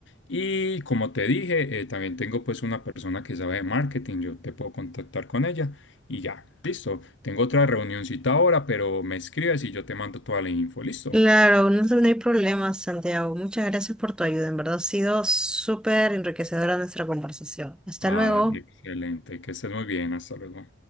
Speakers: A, on the left; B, in the centre.
A: Y como te dije, eh, también tengo pues una persona que sabe de marketing. Yo te puedo contactar con ella y ya, listo. Tengo otra reunioncita ahora, pero me escribes y yo te mando toda la info, listo.
B: Claro, no, no hay problema, Santiago. Muchas gracias por tu ayuda. En verdad ha sido súper enriquecedora nuestra conversación. Hasta
A: Ah,
B: luego.
A: excelente, que estés muy bien, hasta luego.